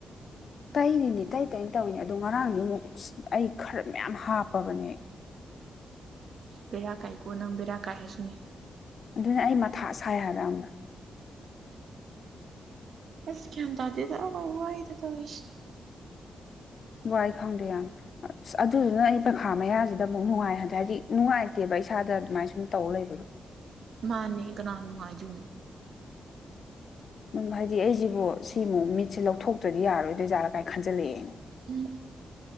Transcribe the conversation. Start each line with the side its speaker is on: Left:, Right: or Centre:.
Left: ꯇꯩꯔꯤꯅꯤ ꯇꯩ ꯇꯩꯅ ꯇꯧꯏꯅꯤ ꯑꯗꯨ ꯉꯔꯥꯡꯗꯤ ꯑꯃꯨꯛ ꯑꯁ ꯑꯩ ꯈꯔ ꯃꯌꯥꯝ ꯍꯥꯞꯄꯕꯅꯦ
Right: ꯕꯦꯔꯥ ꯀꯥꯏꯀꯣ ꯅꯪ ꯕꯦꯔꯥ ꯀꯥꯏ ꯍꯥꯏꯁꯤꯅꯦ
Left: ꯑꯗꯨꯅ ꯑꯩ ꯃꯊꯥ ꯁꯥꯏ ꯍꯥꯏꯕ ꯌꯥꯝꯅ
Right: ꯑꯁ ꯒ꯭ꯌꯥꯟ ꯇꯗꯦꯗ ꯎ ꯋꯥꯏꯗ ꯇꯧꯔꯤꯁꯤ
Left: ꯋꯥꯏ ꯈꯪꯗꯦ ꯌꯥꯝ ꯑꯁ ꯑꯗꯨꯗꯨꯅ ꯑꯩ ꯄꯩꯈꯥ ꯃꯌꯥꯁꯤꯗ ꯑꯃꯨꯛ ꯅꯨꯡꯉꯥꯏꯍꯟꯗꯦ ꯍꯥꯏꯗꯤ ꯅꯨꯡꯉꯥꯏꯇꯦꯕ ꯏꯁꯥꯗ ꯑꯗꯨꯃꯥꯏꯅ ꯁꯨꯝ ꯇꯧ ꯂꯩꯕꯗꯨ
Right: ꯃꯥꯅꯤ ꯀꯅꯥꯅ ꯅꯨꯉꯥꯏꯗꯣꯏꯅꯣ
Left: ꯑꯗꯨꯝ ꯍꯥꯏꯗꯤ ꯑꯩꯁꯤꯕꯨ ꯁꯤꯃꯨꯛ ꯃꯤꯠꯁꯦ ꯂꯧꯊꯣꯛꯇ꯭ꯔꯗꯤ ꯌꯥꯔꯣꯏꯗꯩꯖꯥꯠꯂ ꯀꯥꯏꯔ ꯈꯟꯖꯜꯂꯛꯑꯦ
Right: ꯑꯝ